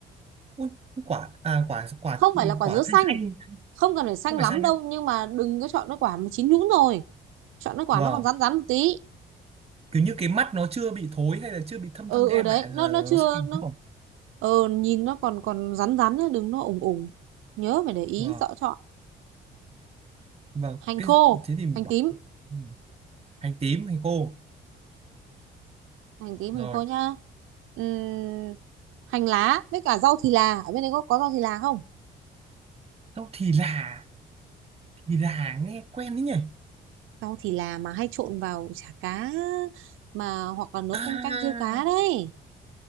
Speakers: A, on the right; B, on the right.
A: ui, quả à quả quả
B: Không phải là quả
A: quả
B: dứa xanh,
A: xanh xanh
B: không cần phải xanh
A: không phải
B: lắm
A: xanh
B: đâu
A: nhá.
B: nhưng mà đừng có chọn cái quả mà chín nhũn rồi. Chọn cái quả
A: vâng
B: nó còn rắn rắn một tí.
A: kiểu như cái mắt nó chưa bị thối hay là chưa bị thâm
B: ừ
A: thâm đen
B: ừ đấy
A: lại là
B: nó nó
A: nó
B: chưa
A: xanh
B: nó
A: đúng không
B: ờ nhìn nó còn còn rắn rắn nhá đừng nó ủng ủng nhớ phải để ý
A: vâng
B: rõ chọn
A: vâng
B: hành
A: cái
B: khô
A: thế thì mình
B: hành
A: bảo
B: tím
A: ừ. hành tím hành khô
B: hành tím
A: rồi
B: hành khô nhá Ừm, hành lá với cả rau thì là ở bên đấy có có rau thì là không
A: đâu thì là thì là nghe quen đấy nhỉ
B: rau thì là mà hay trộn vào chả cá mà hoặc là nấu
A: à
B: canh canh riêu cá đấy